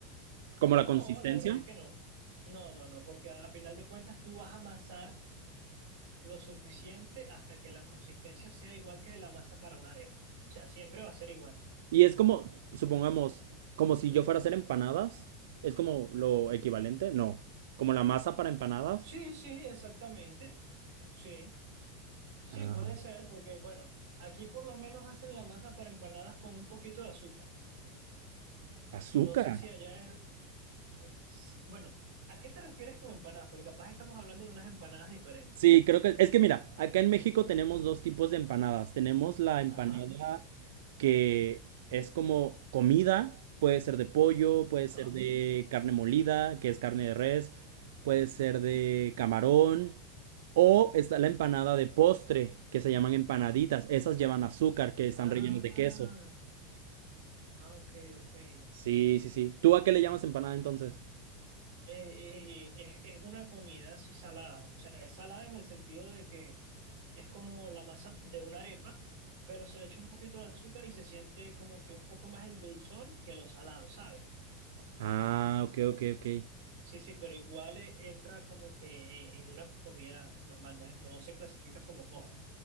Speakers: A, on the right (about 80°); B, on the right (about 60°).
A: como la
B: no,
A: consistencia.
B: la verdad es que no. No, no, no, porque a, a final de cuentas tú vas a amasar lo suficiente hasta que la consistencia sea igual que la masa para una arepa. O sea, siempre va a ser igual.
A: Y es como, supongamos, como si yo fuera a hacer empanadas. Es como lo equivalente, no. Como la masa para empanadas.
B: Sí, sí, exactamente. Sí. Sí,
A: Ah.
B: puede ser, porque bueno, aquí por lo menos hacen la masa para empanadas con un poquito de azúcar.
A: Azúcar.
B: No sé si allá es... eh, si- bueno, ¿a qué te refieres con empanadas? Porque capaz estamos hablando de unas empanadas diferentes.
A: Sí, creo que es que mira, acá en México tenemos dos tipos de empanadas. Tenemos la empanada
B: Ajá,
A: que es como comida, puede ser de pollo, puede
B: ajá.
A: ser de carne molida, que es carne de res, puede ser de camarón, o está la empanada de postre, que se llaman empanaditas. Esas llevan azúcar, que están
B: Ah,
A: rellenas de queso.
B: ah, ok, ok. Eh,
A: Sí, sí, sí. ¿Tú a qué le llamas empanada entonces?
B: eh, eh, es, es una comida así salada. O sea, es salada en el sentido de que es como la masa de una arepa, pero se le echa un poquito de azúcar y se siente como que un poco más el dulzor que lo salado, ¿sabes?
A: Ah, ok, ok, ok.
B: Sí, sí, pero igual eh, entra como que en una comida normal, no, es- no se clasifica como postre.